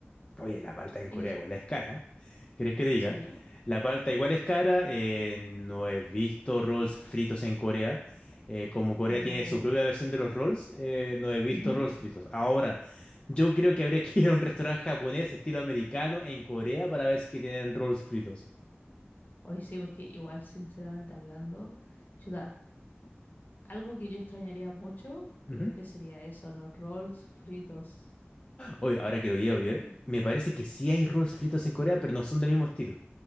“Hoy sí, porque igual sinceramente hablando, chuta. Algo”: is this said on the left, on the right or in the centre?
Left